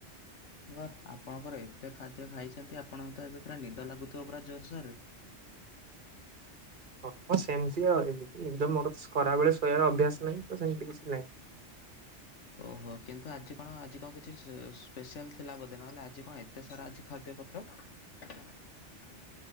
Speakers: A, on the left (about 75°); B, on the right (about 45°).
A: ୱା ଆପଣଙ୍କର ଏତେ ଖାଦ୍ୟ ଖାଇଛନ୍ତି ଆପଣଙ୍କ ତ ଏବେ ପୁରା ନିଦ ଲାଗୁଥିବ ପୁରା ଜୋରସୋରରେ
B: ହଁ ସେମିତି ଆଉ ଏମିତି ନିଦ ମୋର ଖରାବେଳେ ଶୋଇବାର ଅଭ୍ୟାସ ନାହିଁ ତ ସେମିତି କିଛି ନାହିଁ।
A: ଓହୋ କିନ୍ତୁ ଆଜି କଣ ଆଜି କଣ କିଛି ଅ ସ୍ପେଶାଲ ଥିଲା ବୋଧେ ନହଲେ ଆଜି କଣ ଏତେ ସାରା ଆଜି ଖାଦ୍ୟ ପତ୍ର।